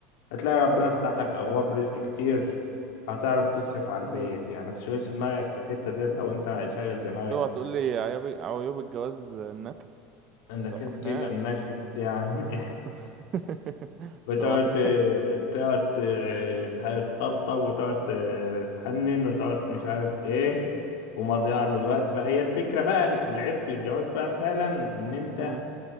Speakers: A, on the left; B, on the right.
A: هتلاقي ربنا فتح لك ابواب رزق كتير هتعرف تصرف على البيت
B: مم.
A: يعني ما تشغلش دماغك في الحتة دي لو انت شاغل دماغك
B: اوعى تقول لي عيوب عيوب الجواز النكد
A: انت كده
B: سوحناش
A: كده انك يعني <laughs>
B: <laughs>
A: بتقعد
B: سوحناش
A: ت- تقعد ت- تح- تطبطب وتقعد ت- تحنن وتقعد مش عارف ايه ومضيعة للوقت بقى هي الفكرة بقى العيب في الجواز بقى فعلا ان انت
B: امم